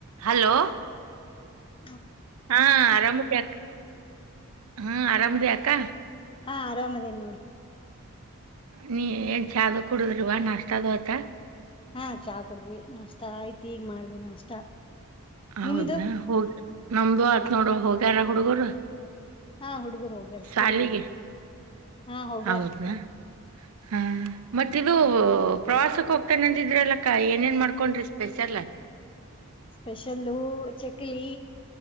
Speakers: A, on the right (about 75°); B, on the left (about 25°).
A: Hello.
B: ಹ.
A: ಹಾ ಆರಾಮದ ಆಗ್ ಹಾ ಆರಾಮದ ಆಗ್ತ. ಕಾ.
B: ಹಾ ಆರಾಮ್ದೇನ್ ನೋಡು.
A: ನೀ ಏನ್ ಚಾದ ಕುಡುದ್ರಿವಾ ನ ಅಷ್ಟ ಅದು್ ಆಯ್ತಾ.
B: ಹಾ ಚಾ ಕುಡುದ್ವಿ ಮಷ್ಟ ಆಯ್ತ. ಹೀಗ ಮಾಡ್ದ್ವೀ ನಾಷ್ಟ
A: ಹೌದಾ
B: ನಿಮ್ದು
A: ಹೋಗ. ನಮ್ದು ಆತ್ ನೋಡು ಹೋಗ್ಯಾರ ಹುಡುಗರು.
B: ಹಾ ಹುಡುಗರು ಹೋಗ್ಯಾರ ಸ್ಕೂಲಿಗ್
A: ಶಾಲಿಗೆ
B: ಹೋಗ್ಯಾರ ಹಾ ಹೋಗ್ಯಾರ
A: ಹೌದನಾ ಹಾ ಮತ್ತಿದದು. ಪ್ರವಾಸಕ್ ಹೋಗ್ತಾನಂದಿದ್ರ ಅಲ್ಲಕ್ಕ ಏನೇನ್ ಮಾಡ್ಕೊಂಡ್ರಿ ಸ್ಪೆಷಲ್.
B: ಸ್ಪೆಷಲ್ಲೂ ಚಕ್ಲಿ